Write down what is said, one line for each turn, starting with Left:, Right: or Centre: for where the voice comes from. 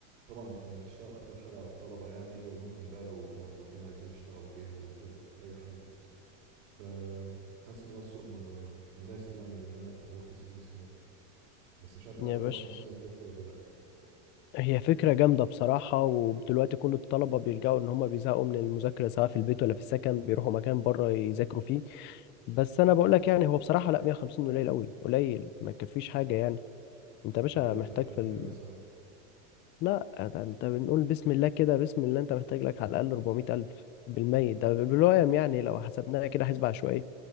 Right: طبعا إن هتشتغل اكتر حاجة على الطلبة يعني وممكن بقى لو موظفين عايزين يشتغلوا فيها ولا كده اي حاجة فحاسس ان هو السوق م- مناسب يعني لان انا افتح ورك سبيس هناك بس مش عارف بقى
Left: يا
Right: هل
Left: باشا
Right: 150 هتكفي ولا لا
Left: هي فكرة جامدة بصراحة ودلوقتي كل الطلبة بيلجأوا إن هما بيزهقوا من المذاكرة سواء في البيت ولا في السكن بيروحوا مكان بره يذاكروا فيه بس أنا بقول لك يعني هو بصراحة لا 150 قليل أوي قليل ما يكفيش حاجة يعني أنت يا باشا
Right: طب ايه
Left: محتاج
Right: احتاج
Left: في
Right: كام
Left: ال...
Right: مثلا
Left: لا ده أنت بنقول بسم الله كده بسم الله أنت محتاج لك على الأقل 400 ألف بالمية ده بالوقت يعني لو حسبناها كده حسبة عشوائية